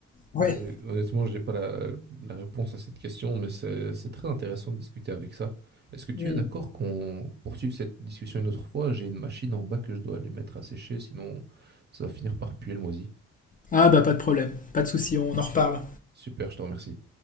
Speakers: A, on the left; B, on the right.
A: Ouais.
B: Mais honnêtement, je n'ai pas la, la réponse à cette question, mais c'est c'est très intéressant de discuter avec ça. Est-ce que tu
A: Hmm.
B: es d'accord qu'on poursuive cette discussion une autre fois? J'ai une machine en bas que je dois aller mettre à sécher, sinon ça va finir par puer le moisi.
A: Ah bah pas de problème, pas de souci, on en reparle.
B: Super, je te remercie.